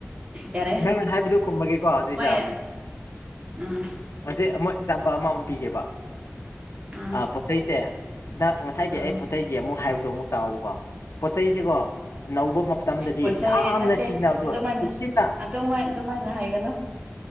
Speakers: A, on the right; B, on the left.
A: ꯌꯥꯔꯦ
B: ꯅꯪꯅ ꯍꯥꯏꯕꯗꯨ ꯈꯨꯝꯃꯒꯦꯀꯣ ꯍꯧꯖꯤꯛꯁꯦ
A: ꯃꯥꯏ ꯎꯝ
B: ꯍꯧꯛ ꯑꯃ ꯑꯦꯛꯖꯥꯝꯄꯜ ꯑꯃꯃꯨꯛ ꯄꯤꯒꯦꯕ
A: ꯎꯝ
B: ꯄꯣꯠꯆꯩꯁꯦ ꯅꯪ ꯉꯁꯥꯏꯒꯤ
A: ꯎꯝ
B: ꯑꯩ ꯄꯣꯠ ꯆꯩꯒꯤ ꯑꯃꯨꯛ ꯍꯥꯏꯕꯗꯣ ꯑꯃꯨꯛ ꯇꯥꯎꯕꯀꯣ ꯄꯣꯠꯆꯩꯁꯤꯒꯣꯅꯧꯕ ꯃꯇꯝꯗꯗꯤ
A: ꯄꯣꯠꯆꯩ
B: ꯌꯥꯝꯅ
A: ꯅꯠꯇꯦ
B: ꯁꯤꯖꯤꯟꯅꯕꯗꯣ
A: ꯑꯗꯨꯃꯥꯏꯅ
B: ꯆꯦꯛꯁꯤꯟꯅ
A: ꯑꯗꯨꯃꯥꯏ ꯑꯗꯨꯃꯥꯏꯅ ꯍꯥꯏꯒꯅꯨ